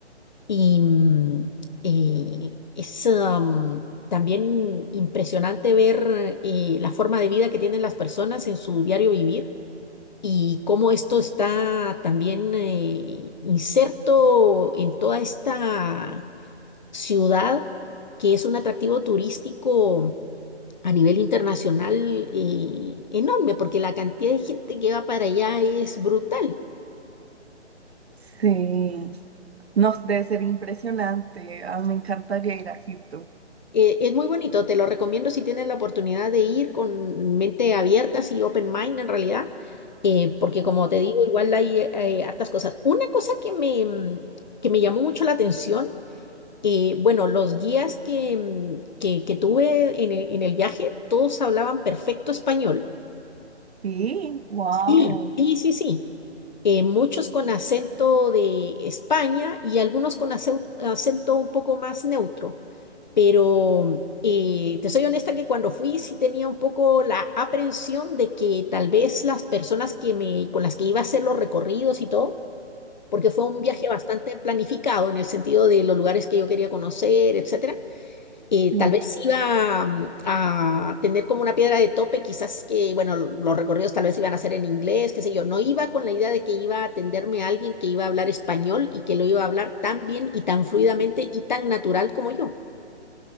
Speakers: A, on the left; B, on the right.
A: y mm, eh, es am, también impresionante ver eh, la forma de vida que tienen las personas en su diario vivir y cómo esto está también eh, inserto en toda esta ciudad que es un atractivo turístico a nivel internacional eh, enorme, porque la cantidad de gente que va para allá es brutal.
B: Sí, no, debe ser impresionante. Ah, me encantaría ir a Egipto.
A: Eh, es muy bonito, te lo recomiendo si tienes la oportunidad de ir con mente abierta, así open mind en realidad, eh, porque como te digo, igual hay eh, eh, hartas cosas. Una cosa que me, mm, que me llamó mucho la atención, eh, bueno, los guías que, mm, que, que tuve en el, en el viaje, todos hablaban perfecto español.
B: Sí, wow.
A: Sí, sí, sí, sí. Eh, muchos con acento de España y algunos con aceu- acento un poco más neutro. Pero eh, te soy honesta que cuando fui sí tenía un poco la aprensión de que tal vez las personas que me, con las que iba a hacer los recorridos y todo, porque fue un viaje bastante planificado en el sentido de los lugares que yo quería conocer, etcétera, eh,
B: Sí.
A: tal vez iba mm, a tener como una piedra de tope, quizás que, bueno, lo- los recorridos tal vez iban a ser en inglés, qué sé yo. No iba con la idea de que iba a atenderme a alguien que iba a hablar español y que lo iba a hablar tan bien y tan fluidamente y tan natural como yo.